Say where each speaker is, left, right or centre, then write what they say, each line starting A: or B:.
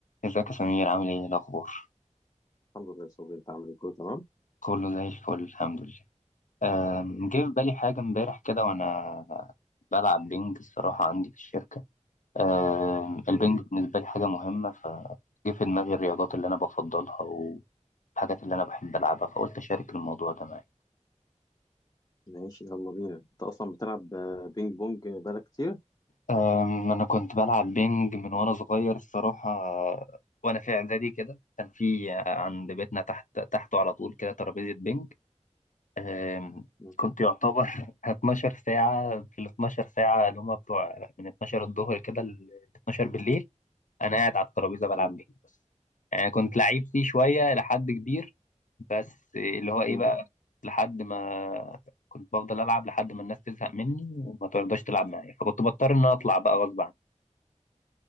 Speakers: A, on the left (about 85°); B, on the left (about 30°).
A: ازيك يا سمير عامل ايه إيه الاخبار
B: الحمد لله يا صبري انت عامل ايه كله تمام
A: كله زي الفل الحمد لله أم،
B: الحمد
A: جه في بالي حاجه امبارح كده وانا بلعب بينج الصراحه عندي في الشركه أم،
B: لله
A: البينج بالنسبه لي حاجه مهمه فجه في دماغي الرياضات اللي انا بفضلها والحاجات اللي انا بحب العبها فقلت اشارك الموضوع ده معاك
B: ماشي يلا بينا انت اصلا بتلعب آه، بينج بونج بقالك كتير
A: أم، انا كنت بلعب بينج من وانا صغير الصراحه وانا في اعدادي كده كان في عند بيتنا تحت تحته على طول كده ترابيزه بينج آم،
B: مم.
A: كنت يعتبر <laughs> 12 ساعة في ال 12 ساعة اللي هما بتوع من 12 الظهر كده ل 12 بالليل أنا قاعد على الترابيزة بلعب
B: مم.
A: بيه بس يعني كنت لعيب فيه شوية لحد كبير بس اللي هو إيه
B: مم.
A: بقى لحد ما كنت بفضل ألعب لحد ما الناس تزهق مني وما ترضاش تلعب معايا فكنت بضطر إن أنا أطلع بقى غصب عني